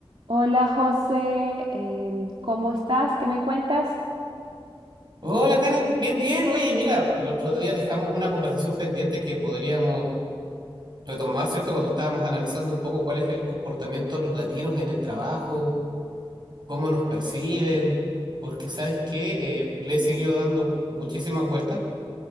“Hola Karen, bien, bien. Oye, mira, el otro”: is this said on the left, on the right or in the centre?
Right